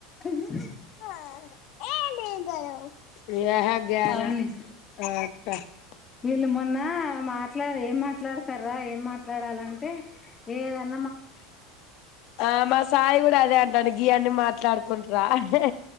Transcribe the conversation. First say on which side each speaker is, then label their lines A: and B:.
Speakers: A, on the left; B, on the left.
A: అహ హ
B: <inaudible>
A: అవును వీళ్ళు మొన్న మాట్లాడ ఏం మాట్లాడతారా ఏం మాట్లాడాలంటే ఏదన్
B: ఆ మా సాయి కూడా అదే అంటాడు గి అన్ని మాట్లాడుకుంట్ రా హే